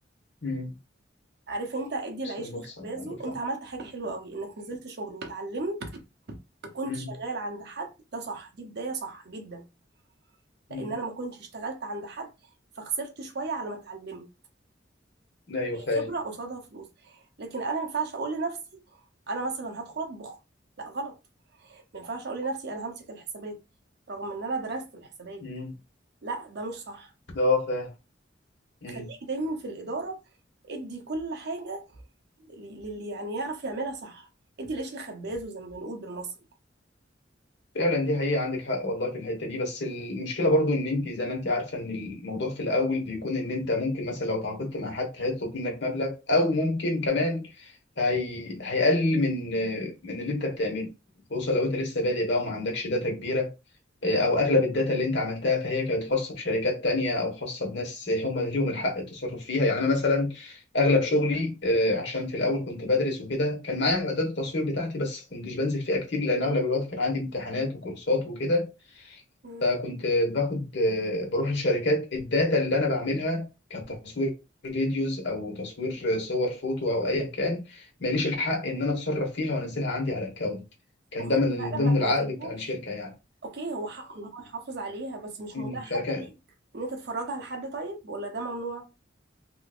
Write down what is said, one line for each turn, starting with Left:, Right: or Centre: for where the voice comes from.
Left: امم
Right: عارف انت ادي العيش
Left: بس بص،
Right: لخبازه
Left: عندك
Right: انت
Left: حق.
Right: عملت حاجة حلوة قوي انك نزلت شغل وتعلمت وكنت
Left: مم.
Right: شغال عند حد ده صح دي بداية صح جدا
Left: مم.
Right: لان انا ما كنتش اشتغلت عند حد فخسرت شويه على ما اتعلمت
Left: ايوه
Right: هي
Left: فاهم
Right: خبره قصادها فلوس لكن انا ما ينفعش اقول لنفسي انا مثلا هدخل اطبخ لا غلط ما ينفعش اقول لنفسي انا همسك الحسابات رغم ان انا درست الحسابات
Left: مم.
Right: لا ده مش صح
Left: ده هو فاهم مم.
Right: خليك دايما في الاداره ادي كل حاجه ل- للي يعني يعرف يعملها صح ادي القش لخبازه زي ما بنقول بالمصري
Left: فعلا دي حقيقة عندك حق والله في الحتة دي بس المشكلة برضو ان انت زي ما انت عارفة ان الموضوع في الاول بيكون ان انت ممكن مثلا لو تعاقدت مع حد هيطلب منك مبلغ او ممكن كمان هي... هيقل من من اللي انت بتعمله خصوصا لو انت لسه بادئ بقى وما عندكش داتا كبيرة او اغلب الداتا اللي انت عملتها فهي كانت خاصه بشركات تانية او خاصه بناس هم ليهم الحق التصرف فيها يعني انا مثلا اغلب شغلي آه، عشان في الاول كنت بدرس وكده كان معايا معدات التصوير بتاعتي بس كنتش بنزل فيها كتير لان اغلب الوقت كان عندي امتحانات وكورسات وكده
Right: مم.
Left: فكنت باخد آه، بروح للشركات الداتا اللي انا بعملها كتصوير فيديوز او تصوير صور فوتو او ايا كان ماليش الحق ان انا اتصرف فيها وانزلها عندي على اكونت كان
Right: ما هو
Left: ده من
Right: انت فعلا
Left: ضمن
Right: ما تنزلهاش
Left: العقد بتاع الشركه يعني
Right: اوكي هو حقه ان هو يحافظ عليها بس مش
Left: مم.
Right: متاح
Left: فكان
Right: حتى ليك ان انت تتفرجها لحد طيب ولا ده ممنوع